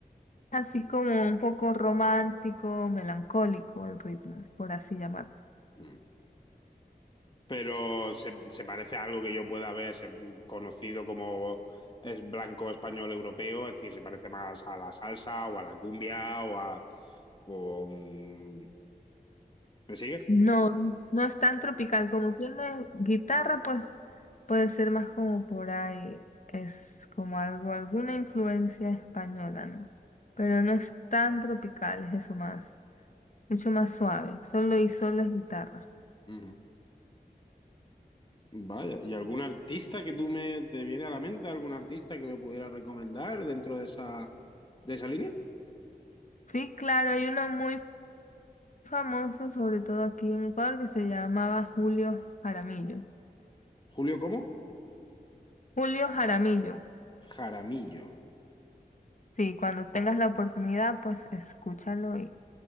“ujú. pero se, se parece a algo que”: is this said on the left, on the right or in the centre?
Left